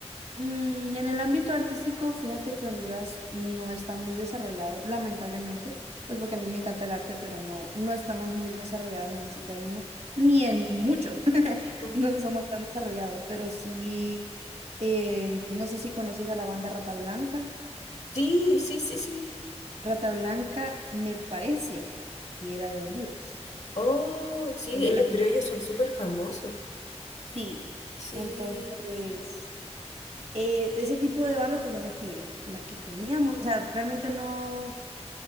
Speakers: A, on the right; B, on the left.
A: Mm, en el ámbito artístico, fíjate que Honduras no está muy desarrollado, lamentablemente, pues porque a mí me encanta el arte, pero no, no estamos muy desarrollados en ese término, ni en muchos, <laughs>
B: Ujú.
A: no somos tan desarrollados, pero sí, eh, no sé si conoces a la banda Rata Blanca.
B: Sí, sí, sí, sí.
A: Rata Blanca me parece que era de Honduras.
B: Oh, sí,
A: Tengo
B: ellos,
A: la sens-
B: pero ellos son súper famosos.
A: Sí,
B: Sí,
A: entonces, eh, de ese tipo de bandas pues son los que, las que teníamos, o sea, realmente no